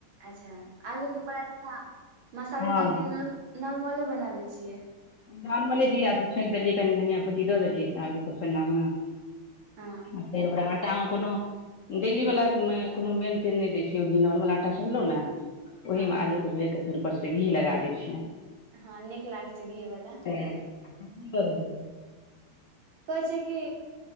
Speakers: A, on the right; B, on the left.
A: अच्छा, आलूके पराठा मसालेदारके
B: हँ
A: नॉर्मल बनबैत छियै।
B: नॉर्मले जीरासँ छौंक देलियै, कनि धनिया पत्ती दऽ देलियै आलूके सन्नामे।
A: हँ
B: आर फेर आटामे कोनो। डेलीवला
A: हँ
B: मे कोनो मेनटेन नहि दै छै, ओ नॉर्मल आटा सनले ने, ओहिमे
A: हँ
B: आलू। भरि कऽ, फेर उपरसँ घी लगा दै छियै।
A: हँ, नीक लागै छै, घीवला।
B: त करल
A: कहै छै कि